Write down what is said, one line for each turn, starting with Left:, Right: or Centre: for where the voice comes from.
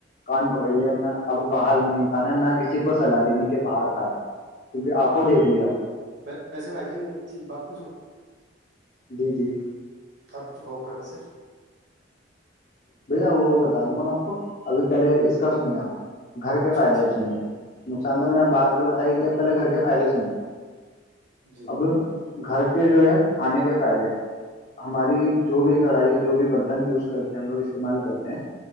Left: کان پکڑ لیا ان اب باہر نہیں کھانا نہ کسی کو سلاح دینی کہ باہر کھائے کیونکہ آنکھوں
Right: بالکل
Left: دیکھ لیا آپ
Right: ویسے بھائی جن بات پوھو
Left: جی جی
Right: کب ہو کہاں سے؟
Left: بھیا وہ بتا دوں گا میں آپ کو ابھی پہلے اس کا سنیے آپ گھر کے فائدے
Right: اچھا
Left: آپ سنیے نقصان تو میں نے اب باہر کے بتا ہی دیا اب پہلے گھر کے فائدے سنیے
Right: جی
Left: اب گھر کے جو ہے کھانے کے فائدے ہماری جو بھی کڑھائی جو بھی برتن یوز کرتے ہیں ہم لوگ استعمال کرتے ہیں